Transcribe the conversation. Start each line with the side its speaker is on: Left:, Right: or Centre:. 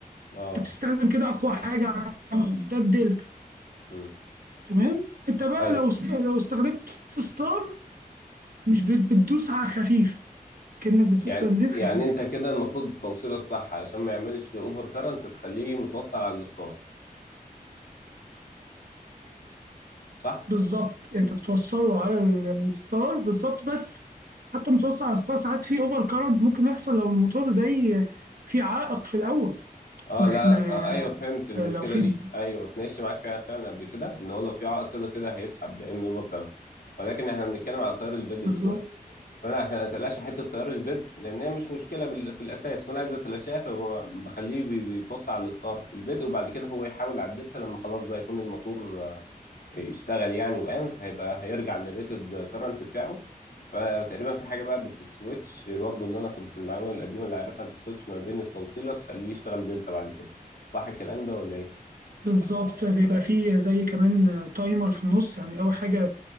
Left: اه
Right: أنت بتستخدم كده أقوى حاجة عندك، ده الدلتا
Left: مم.
Right: تمام أنت بقى
Left: طيب
Right: لو است... لو استخدمت ستار مش بت- بتدوس على خفيف كأنك بتدوس
Left: يعني
Right: بنزين
Left: يعني
Right: خفيف
Left: انت كده المفروض التوصيله الصح عشان ما يعملش اوفر كارنت تخليه متوصل على الستار صح
Right: بالظبط أنت بتوصله على الستار بالظبط بس حتى متوصل على الستار ساعات في أوفر كارنت ممكن يحصل لو الموتور زي في عائق في الأول
Left: اه
Right: ما
Left: لا
Right: إحنا
Left: آه ايوه فهمت المشكله
Right: آه، لو في
Left: دي ايوه اتناقشت معاك فعلا فعلا قبل كده ان هو لو في عائق كده كده هيسحب بيعمل اوفر كارنت ولكن احنا بنتكلم على تيار البيد
Right: بالظبط
Left: دلوقتي فانا عشان اتلاشى حته تيار البيد لان هي مش مشكله بال- في الاساس فانا عايز اتلاشاها فبخليه بي- بيتوصل على الستار في البيد وبعد كده هو يحاول على الدلتا لما خلاص بقى يكون الموتور اشتغل يعني وقام فهيبقى هيرجع للريتد كرنت بتاعه فتقريبا في حاجه بقى بتسويتش برضو اللي انا كنت المعلومه القديمه اللي عارفها بتسويتش ما بين التوصيله تخليه يشتغل دلتا بعد كده صح الكلام ده ولا ايه
Right: بالظبط بيبقى فيه زي كمان تايمر في النص يعني أول حاجة